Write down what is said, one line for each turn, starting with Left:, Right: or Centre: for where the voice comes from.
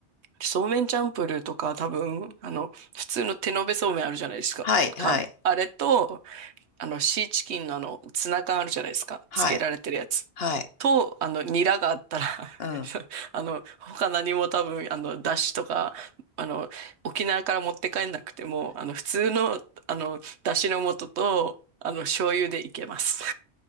Right: そうめんチャンプルーとか多分、あの、普通の手延べそうめんあるじゃないですか。
Left: はい、はい、
Right: か、あれと、あの、シーチキンのあの、ツナ缶あるじゃないですか。
Left: はい、
Right: つけられてるやつ。
Left: はい。
Right: と、あの、ニラがあったら
Left: うん。
Right: <laughs> あの、他何も多分、あの、だしとか、あの、沖縄から持って帰んなくても、あの、普通の、あの、だしの素と、あの、醤油でいけます。